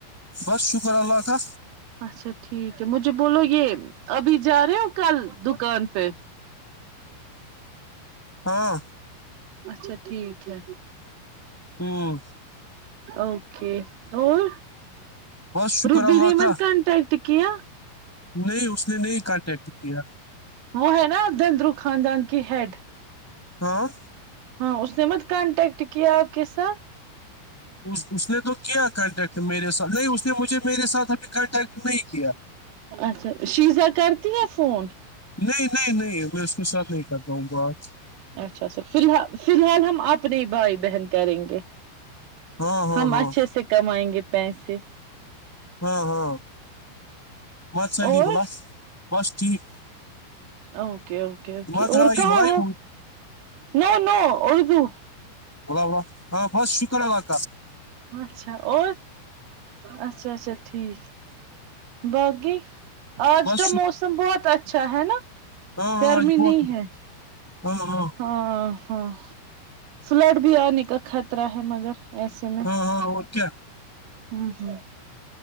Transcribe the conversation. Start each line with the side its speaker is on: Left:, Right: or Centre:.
Centre: بس شکر اللہ کا
Right: اچھا ٹھیک ہے مجھے بولو یہ ابھی جا رہے ہو کل دکان پہ
Centre: ہاں
Right: اچھا ٹھیک ہے
Centre: ہوں
Right: اوکے اور
Centre: بس شکر
Right: روبی
Centre: اللہ
Right: ن
Centre: کا
Right: مت کانٹٹ تکیہ
Centre: نہیں اس نے نہیں کانٹیکٹ کیا
Right: وہ ہے نا آب دندرو خاندان کی ہیڈ
Centre: ہاں
Right: ہاں اس نے مت کانٹیکٹ کیا آپ کے ساتھ
Centre: اس اس نے تو کیا کانٹیکٹ میرے ساتھ نہیں اس نے مجھے میرے ساتھ ابھی کانٹیکٹ نہیں کیا
Right: اچھا شیزا کرتی ہے فون
Centre: نہیں نہیں نہیں میں اس کو ساتھ نہیں کرتا ہوں بات
Right: اچھا اچھا فی الحال فی الحال ہم اپنے ہی بھائی بہن کریں گے
Centre: ہاں ہاں
Right: ہم
Centre: ہاں
Right: اچھے سے کمائیں گے پیسے
Centre: ہاں ہاں بت صحیح
Right: اور
Centre: بولا بس ٹھیک
Right: اوکے اوکے اوکے
Centre: مت
Right: اور
Centre: رہا یہ
Right: کہاں
Centre: بلائی
Right: ہو نو نو اردو
Centre: بولا بولا ہاں بت شکر ہے بات
Right: اچھا اور اچھا اچھا ٹھیک باقی آج
Centre: بس
Right: کا
Centre: ش
Right: موسم بہت اچھا ہے نا
Centre: ہاں ہاں
Right: گرمی
Centre: آج بہت
Right: نہیں ہے
Centre: ہاں ہاں
Right: ہاں ہاں فلڈ بھی آنے کا خطرہ ہے مگر ایسے میں
Centre: ہاں ہاں اور کیا
Right: ہ ہ